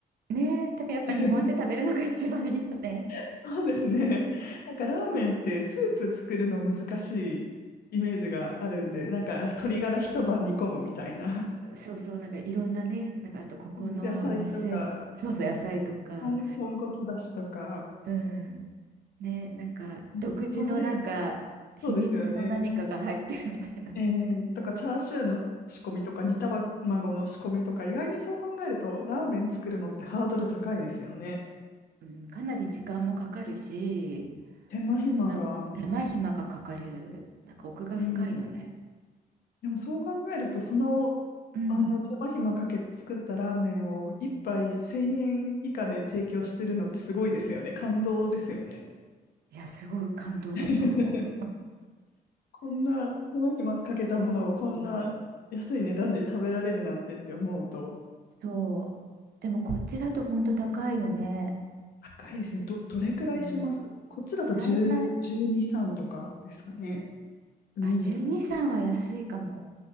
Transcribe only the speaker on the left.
<laughs> そうですね。なんかラーメンってスープ作るの難しいイメージがあるんで、なんか鶏ガラ一晩煮込むみたいな。
<laughs> 野菜とか、
豚豚骨だしとか、
そその辺が、そうですよね。ええとか、チャーシューの仕込みとか、煮卵の仕込みとか、意外にそう考えると、ラーメン作るのってハードル高いですよね。
手間暇が。
ええでもそう考えると、その、
あの手間暇かけて作ったラーメンを一杯1000円以下で提供してるのってすごいですよね。感動ですよね。
<laughs> こんな手間暇かけたものをこんな安い値段で食べられるなんてって思うと、
高いですね。ど、どれくらいしますこっちだと10、
12、3とかですかね。ウィーンだと。